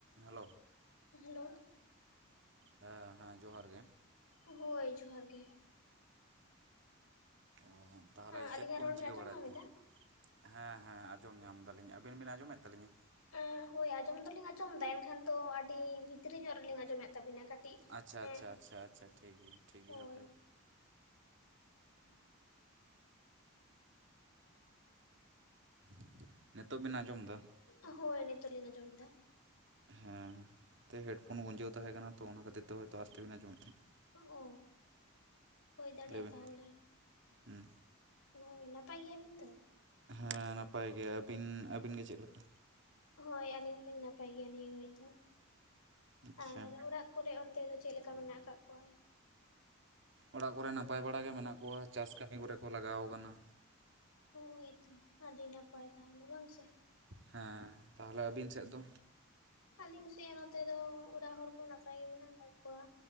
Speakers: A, on the right; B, on the left.
A: Hello
B: hello
A: ᱦᱮᱸ ᱦᱮᱸ ᱡᱚᱦᱟᱨ ᱜᱮ,
B: ᱚᱦᱳᱻᱭ ᱡᱚᱦᱟᱨ ᱜᱮ᱾
A: ᱚᱦᱚ ᱛᱟᱦᱚᱞᱮ
B: ᱦᱮᱸ ᱟᱹᱞᱤᱧᱟᱜ
A: ᱪᱮᱫ ᱠᱚᱵᱤᱱ
B: ᱨᱚᱲ
A: ᱪᱤᱠᱟᱹ
B: ᱵᱮᱱ ᱟᱸᱡᱚᱢ
A: ᱵᱟᱲᱟᱭᱮᱫ
B: ᱧᱟᱢ
A: ᱛᱟᱦᱮᱸᱱ?
B: ᱮᱫᱟ?
A: ᱦᱮᱸ ᱦᱮᱸ ᱟᱸᱡᱚᱢ ᱧᱟᱢ ᱮᱫᱟ ᱞᱤᱧ, ᱟᱹᱵᱤᱱ ᱵᱤᱱ ᱟᱸᱡᱚᱢᱮᱫ ᱛᱟᱹᱞᱤᱧᱟ?
B: ᱮᱸ ᱦᱳᱭ ᱟᱸᱡᱽᱼᱚᱢ ᱫᱚᱞᱤᱧ ᱟᱸᱡᱽᱼᱚᱢ ᱮᱫᱟ ᱮᱱᱠᱷᱟᱱ ᱛᱚ ᱟᱹᱰᱤ ᱵᱷᱤᱛᱨᱤ ᱧᱚᱜ ᱨᱮᱞᱤᱧ ᱟᱸᱡᱽᱚ ᱢᱮᱫ ᱛᱟᱵᱤᱱᱟ, ᱠᱟᱹᱴᱤᱡ
A: ᱟᱪᱪᱷᱟ
B: ᱮᱸᱜ,
A: ᱟᱪᱪᱷᱟ ᱟᱪᱪᱷᱟ ᱟᱪᱪᱷᱟ
B: ᱩᱸᱜ,
A: ᱴᱷᱤᱠ ᱜᱮᱭᱟ ᱴᱷᱤᱠ ᱜᱮᱭᱟ
B: ᱦᱚᱭ,
A: ᱦᱟᱯᱮ
B: <inaudible>
A: <unintelligible> ᱱᱮᱛᱳᱜ ᱵᱤᱱ ᱟᱸᱡᱽᱚᱢ ᱮᱫᱟ?
B: ᱚᱦᱳᱻᱭ ᱱᱤᱛᱚᱜ ᱞᱤᱧ ᱟᱸᱡᱽᱚᱢ ᱮᱫᱟ᱾
A: ᱦᱮᱸ ᱛᱮ ᱦᱮᱰᱯᱷᱳᱱ ᱜᱩᱸᱡᱟᱹᱣ ᱛᱟᱦᱮᱸ ᱠᱟᱱᱟ ᱛᱚ ᱚᱱᱟ ᱠᱷᱟᱹᱛᱤᱨ ᱛᱮ ᱦᱚᱭᱛᱚ ᱟᱥᱛᱮ ᱵᱤᱱ ᱟᱸᱡᱽᱚᱢᱮᱫ ᱛᱟᱦᱮᱸᱫ᱾
B: ᱚᱦᱼᱚ ᱦᱩᱭ ᱫᱟᱲᱮᱭᱟᱜᱼᱟ
A: ᱞᱟᱹᱭ ᱵᱤᱱ
B: ᱛᱟᱦᱚᱞᱮ,
A: ᱦᱩᱸ,
B: ᱱᱚᱜᱻᱚᱭ ᱱᱟᱯᱟᱭ ᱜᱮᱭᱟᱵᱤᱱ ᱛᱚ?
A: ᱦᱮᱸ ᱱᱟᱯᱟᱭ ᱜᱮ ᱟᱹᱵᱤᱱ, ᱟᱹᱵᱤᱱ ᱜᱮ ᱪᱮᱫ ᱞᱮᱠᱟ?
B: ᱦᱳᱭ ᱟᱹᱞᱤᱧ ᱦᱩᱞᱤᱧ ᱱᱟᱯᱟᱭ ᱜᱮᱭᱟ ᱱᱤᱭᱟᱹ ᱜᱷᱟᱹᱲᱤᱡ ᱫᱚ
A: ᱟᱪᱪᱷᱟ
B: ᱟᱨ ᱚᱲᱟᱜ ᱠᱚᱨᱮ ᱚᱱᱛᱮ ᱫᱚ ᱪᱮᱜ ᱞᱮᱠᱟ ᱢᱮᱱᱟᱜ ᱟᱠᱟᱜ ᱠᱚᱣᱟ?
A: ᱚᱲᱟᱜ ᱠᱚᱨᱮ ᱱᱟᱯᱟᱭ ᱵᱟᱲᱟ ᱜᱮ ᱢᱮᱱᱟᱜ ᱠᱚᱣᱟ, ᱪᱟᱥ ᱠᱟᱹᱢᱤ ᱠᱚᱨᱮ ᱠᱚ ᱞᱟᱜᱟᱣ ᱟᱠᱟᱱᱟ᱾
B: ᱦᱳᱭᱛᱚ ᱟᱹᱰᱤ ᱱᱟᱯᱟᱭ ᱛᱟᱦᱚᱞᱮ ᱵᱟᱝ ᱥᱮ,
A: ᱦᱮᱸ ᱛᱟᱦᱚᱞᱮ ᱟᱹᱵᱤᱱ ᱥᱮᱫ ᱫᱚ?
B: ᱟᱹᱞᱤᱧ ᱥᱮᱜ ᱱᱚᱛᱮ ᱫᱚ ᱚᱲᱟᱜ ᱦᱚᱲ ᱠᱚ ᱱᱟᱯᱟᱭ ᱜᱮ ᱢᱮᱱᱟᱜ ᱟᱠᱟᱜ ᱠᱚᱣᱟ,